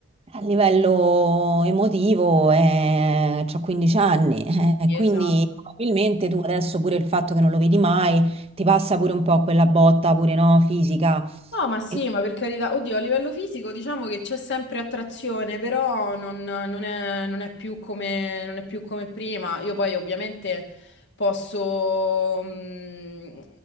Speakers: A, on the right; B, on the left.
A: a livello emotivo eh, c'ho 15 anni, eh,
B: Sì,
A: quindi
B: Esatto.
A: probabilmente tu adesso pure il fatto che non lo vedi mai, ti passa pure un po' quella botta pure, no, fisica.
B: No, ma sì,
A: E-
B: ma per carità, oddio, a livello fisico diciamo che c'è sempre attrazione, però non, non è, non è più come, non è più come prima. Io poi ovviamente posso, mm,